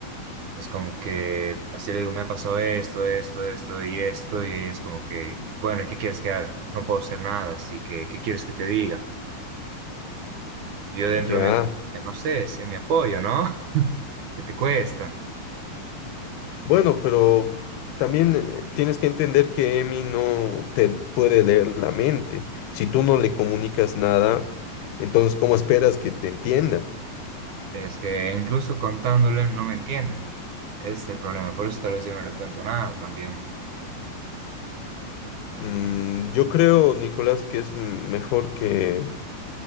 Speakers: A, on the right (about 65°); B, on the left (about 80°).
A: Es como que, así le digo, me ha pasado esto, esto, esto y esto, y ella es como que, bueno, ¿y ¿qué quieres que haga? No puedo hacer nada, así que, ¿qué quieres que te diga? Yo dentro
B: Ya,
A: mío es como que, no sé, sé mi apoyo, ¿no? <laughs> ¿Qué te cuesta?
B: bueno, pero también eh, tienes que entender que Emi no te puede leer la mente. Si tú no le comunicas nada, entonces, ¿cómo esperas que te entienda?
A: Es que incluso contándole no me entiende. Ese es el problema, por eso tal vez yo no le cuento nada también.
B: Mm, yo creo, Nicolás, que es m- mejor que